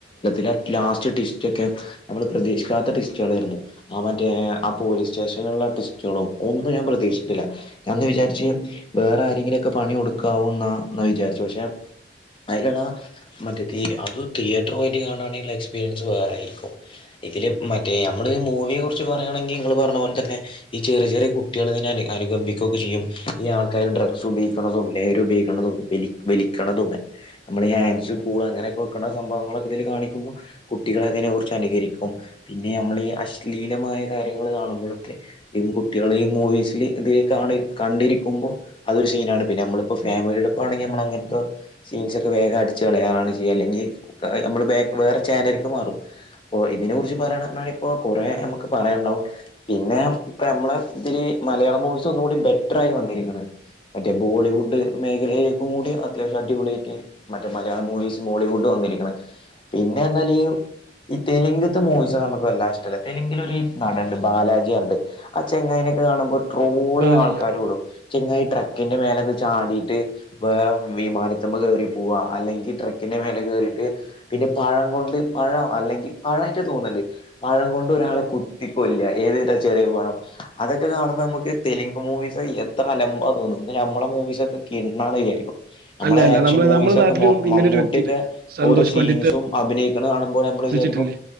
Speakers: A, on the left (about 30°); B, on the right (about 50°).
A: ഇ ലാസ്റ്റ് ടിസ്റ്റ് ഒക്കെ നമ്മൾ പ്രതീക്ഷ ക്കാത്ത ടിസ്റ്കളായിരുന്നു ആ മറ്റേ ആ പോലീസ് സ്റ്റേഷൻ ടിസ്റ്റുകളും ഒന്നും ഞാൻ പ്രതീക്ഷിട്ടില്ലഞാന്ന് വിചാരിച്ച് വേറെ ആരെങ്കിലുംമൊക്കെ പണി കൊടുക്കാ ആന്ന എന്നാ വിചാരിച്ചു പക്ഷേ അതിലുള്ള മറ്റ അത് തിയേറ്റർ വട്ട് കാണുകയാണെങ്കുള്ള എക്സ്പീരിയൻസ് വേറൊയിരിക്കും ഇതില് മറ്റേ നമ്മള് മൂവിയെ കുറിച്ച് പറയയാണെങ്കിൽ നിങ്ങങ്ങള് പറഞ്ഞ പോലെ തന്നെ ഈ ചെറിയ ചെറിയ കുട്ടികൾ ഇതിനെ അനുുകമ്പിക്കുകൊെ ചെയ്യുംഈ ആൾക്കാര് ഡ്രഗ്സ് ഉപയിക്കുന്ന നേ ഉപയലിക്കണേ നമ്മൾ ഹൻസ് കൂൾ അങ്ങനെയൊക്കെ വെക്കണ സംഭവങ്ങളൊെ ഇൽ കാണിക്കുമ്പോ കുട്ടികള അതിനെ കുുറിച്ച് അനുകരിക്കും പിന്നെ നമ്മൾഈ അശ്ലീലമായ കാര്യങ്ങൾ കാണുമ്പോഴൊക്കെ കുട്ടികള് ഈ മൂവീസിൽ ഇതി കണ്ടിരിക്കുമ്പോ അതൊരു സീനാണ് പിന്നെ നമ്മളിപ്പോ ഫാമ വീരോടൊക്കവാണെങ്കിൽ നമ്മൾ അങ്ങനത്തെ സീൻസൊക്കെ വേഗ അടിച്ച് കളയറാണ് ചെയ്യുക അല്ലെങ്കിൽ നമ്മള് വേറെ ചാനലക്ക് മാറും അപ്പൊ ഇതിനെ കുുറിച്ച് പറയണ ഇപ്പോ കൊറ നമുക്ക് പറയാൻ പിന്നെ ഇ നമ്മളെ ഇതില് മലയാളം മൂവിീസ് ഒന്നുംുകൂടി ബെറ്റർായി വന്നിരിക്കണ് മറ്റേ ബോളിവുഡ് മേഖലയിലേക്കും കൂടി അത്യാവശ്യം അടിപൊളിയായിട്ട് മറ്റേ മലയാള മൂവീസ് ബോിവുഡും വന്ന പിന്നൊല് ഈ തെലുങ്ത്ത് മൂവിീസ നമുക്ക് വല്ലാ ഇഷ്ടമല്ല തെലുങ്കിലൊ ഒരുഈ നടുണ്ട് ബാലാജിയണ്ട് ആ ചെങ്ങൈനൊക്കെ കാണുമ്പോൾ ട്രോളി
B: ബാലയ്യ.
A: ആൾക്കാർ കടും ചങ്ങായി ട്രക്കിന്റെ മേല ചാടിയിട്ട് വേറെ വിമാനത്തുമ്പ് കറി പോവാ അല്ലെങ്കിൽ ട്രക്കിന്റെ മേലെ കറിട്ട് പിന്നെ പഴം കൊണ്ട് പഴം അല്ലെങ്കിൽ പഴമായിട്ട് തോന്നുന്നുണ്ട് പഴം കൊണ്ട് ഒരാളെ കുത്തിക്കൊല്ല ഏ ചറിയ കുഴണം അതൊക്കെ കാണ്പ നമുക്ക് തെലുങ്ക് മൂവിീസ് എത്ര അലമ്പ തോന്നുന്നു നമ്മെ മൂവീസൊക്കെ കിണ അയ്യായിരിക്കും നമ്മളെ
B: അല്ല, അല്ല.
A: ആക്ഷൻ മൂവിീസ
B: നമ്മളെ
A: ഒക്കെ
B: നാട്ടിലും ഇങ്ങനൊരു
A: മമ്മൂട്ടിയൊക്കെ
B: വ്യക്തിയിണ്ട്. സന്തോഷ്
A: ഓരോ സീൻസും
B: പണ്ഡിറ്റ്
A: അഭിനയിക്കുന്നത് കാണുമ്പോൾ നമ്മള്
B: ശ്രദ്ധിച്ചിട്ടില്ലേ?
A: വിരിക്ക